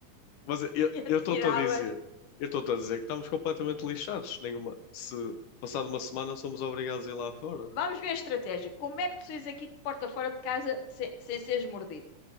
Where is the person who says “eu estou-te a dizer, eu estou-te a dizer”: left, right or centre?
Left